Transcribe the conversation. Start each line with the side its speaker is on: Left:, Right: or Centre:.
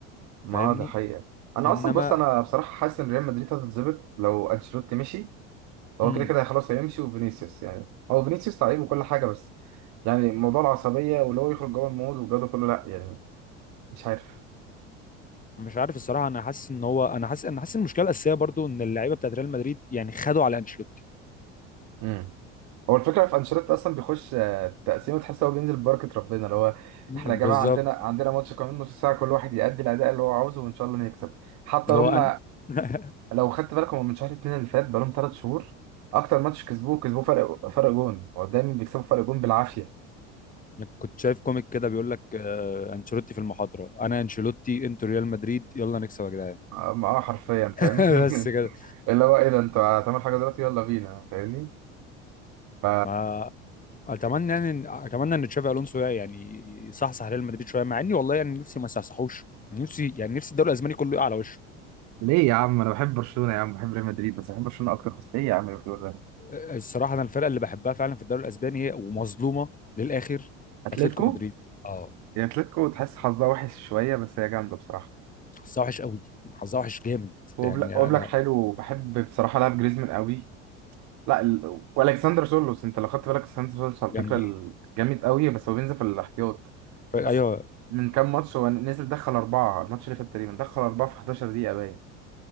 Right: ما
Left: فاهمني
Right: هو ده حقيقة انا
Left: انما
Right: اصلا بص انا بصراحة حاسس ان ريال مدريد هتتظبط لو انشيلوتي مشي هو
Left: امم
Right: كده كده خلاص هيمشي وفينيسيوس يعني هو فينيسيوس لعيب وكل حاجة بس يعني موضوع العصبية واللي هو يخرج جوه المود والجو ده كله لا يعني مش عارف
Left: مش عارف الصراحه انا حاسس ان هو انا حاسس انا حاسس إن المشكله الاساسيه برضو ان اللعيبه بتاعت ريال مدريد يعني خدوا على انشيلوتي
Right: امم هو الفكرة في انشيلوتي اصلا بيخش آه، تقسيمة تحس هو بينزل ببركة ربنا اللي هو احنا
Left: بالظبط
Right: يا جماعة عندنا عندنا ماتش كمان نص ساعة كل واحد يأدي الأداء اللي هو عاوزه وإن شاء الله نكسب حتى
Left: اللي
Right: هم
Left: هو انا <laughs>
Right: لو خدت بالك هم من شهر اتنين اللي فات بقالهم تلات شهور اكتر ماتش كسبوه كسبوه فرق فرق جون هو دايما بيكسبوا فرق جون بالعافيه
Left: كنت شايف كوميك كده بيقول لك آه، انشيلوتي في المحاضره انا انشيلوتي انتوا ريال مدريد يلا نكسب يا جدعان
Right: أم- اه حرفيا فاهمني
Left: <laughs>
Right: <laughs>
Left: بس كده
Right: اللي هو ايه ده انتوا هتعملوا حاجه دلوقتي يلا بينا فاهمني ف
Left: ما اتمنى يعني إن- اتمنى ان تشافي الونسو يعني يصحصح ريال مدريد شويه مع اني والله يعني نفسي ما يصحصحوش نفسي يعني نفسي الدوري الاسباني كله يقع على وشه
Right: ليه يا عم انا بحب برشلونه يا عم بحب ريال مدريد بس بحب برشلونه اكتر بس ايه يا عم اللي بتقول ده
Left: آه، الصراحه انا الفرقه اللي بحبها فعلا في الدوري الاسباني هي ومظلومه للاخر
Right: اتلتيكو
Left: اتلتيكو مدريد اه
Right: يا اتلتيكو تحس حظها وحش شويه بس هي جامده بصراحه
Left: حظها وحش قوي حظها وحش جامد
Right: وبلا-
Left: يعني
Right: وبلاك
Left: انا
Right: حلو بحب بصراحه لعب جريزمان قوي لا ال... والكسندر سولوس انت لو خدت بالك الكسندر سولوس على
Left: جامدين
Right: فكره ال- جامد قوي بس هو بينزل في الاحتياط
Left: ف- ايوه
Right: بس من كام ماتش هو نزل دخل اربعه الماتش اللي فات تقريبا دخل اربعه في 11 دقيقه باين